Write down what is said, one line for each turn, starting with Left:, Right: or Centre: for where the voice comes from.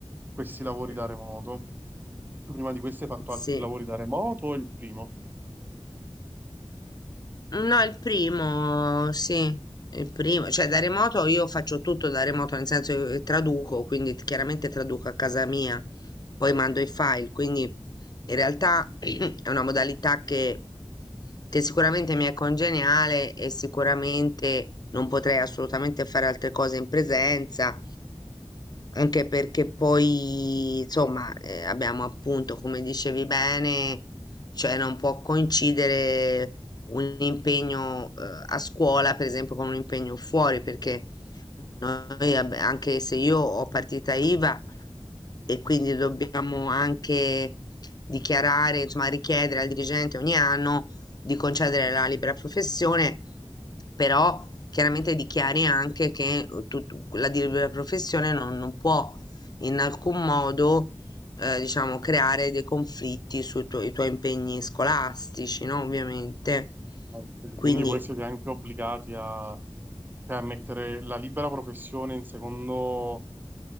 Right: questi
Left: Mh-mh.
Right: lavori da remoto. Tu prima di questi hai fatto
Left: Sì.
Right: altri lavori da remoto o il primo?
Left: No, il primo, sì, il primo, cioè da remoto io faccio tutto da remoto, nel senso che traduco, quindi t- chiaramente traduco a casa mia, poi mando i file, quindi in realtà <clears throat> è una modalità che, che sicuramente mi è congeniale e sicuramente non potrei assolutamente fare altre cose in presenza, anche perché poi, insomma, eh, abbiamo appunto, come dicevi bene, cioè non può coincidere un impegno, eh, a scuola, per esempio, con un impegno fuori, perché noi, abbi- anche se io ho partita IVA e quindi dobbiamo anche dichiarare, insomma, richiedere al dirigente ogni anno di concedere la libera professione, però chiaramente dichiari anche che eh, tu- tu- la libera professione non non può in alcun modo eh, diciamo, creare dei conflitti sui tuoi, i tuoi impegni scolastici, no? Ovviamente.
Right: Ok,
Left: Quindi,
Right: Quindi voi siete anche obbligati a, a mettere la libera professione in secondo,